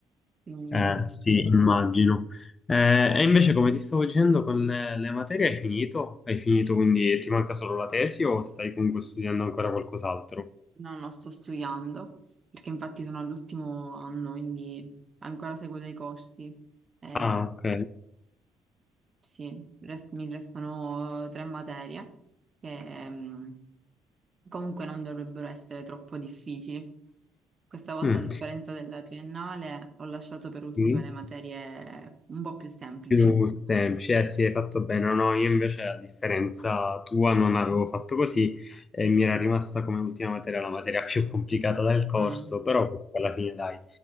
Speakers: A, on the right; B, on the left.
A: Quindi
B: Eh sì, immagino. Eh, e invece come ti stavo dicendo, con le, le materie hai finito? Hai finito, quindi ti manca solo la tesi o stai comunque studiando ancora qualcos'altro?
A: no, no, sto studiando, perché infatti sono all'ultimo anno, quindi ancora seguo dei corsi. Eh,
B: Ah, ok.
A: sì, rest- mi restano tre materie che ehm, comunque non dovrebbero essere troppo difficili. Questa volta,
B: Mm.
A: a differenza della triennale, ho lasciato per ultime
B: Sì.
A: le materie un po' più semplici.
B: Più semplice, eh sì, hai fatto bene. No, no, io invece a differenza tua non avevo fatto così e mi era rimasta come ultima materia la materia più complicata del corso,
A: Mm,
B: però comunque alla fine dai,